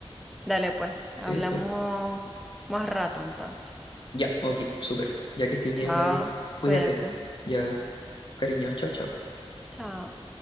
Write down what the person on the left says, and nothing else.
sí, full.
Ya, ok, súper. Ya que estés bien,
Gaby, cuídate.
Ya, cariño, chao, chao.